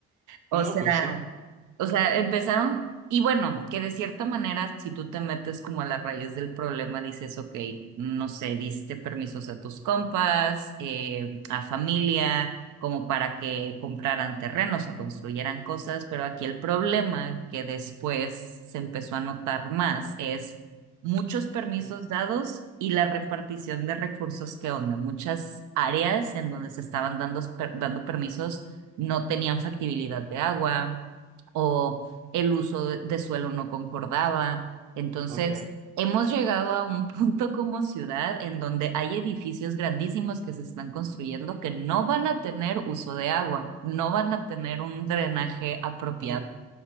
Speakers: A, on the right (about 80°); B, on the right (about 25°).
A: O
B: No,
A: sea,
B: pues sí.
A: o sea, empezaron, y bueno, que de cierta manera, si tú te metes como a la raíz del problema, dices, ok, no sé, diste permisos a tus compas, eh, a familia, como para que compraran terrenos o construyeran cosas, pero aquí el problema que después se empezó a notar más es muchos permisos
B: mm,
A: dados y la repartición de recursos que onda, muchas áreas en donde se estaban dando, per- dando permisos no tenían factibilidad de agua o el uso de de suelo no concordaba. Entonces,
B: Ok.
A: hemos llegado a un <laughs> punto como ciudad en donde hay edificios grandísimos que se están construyendo que no van a tener uso de agua, no van a tener un drenaje apropiado.
B: mm,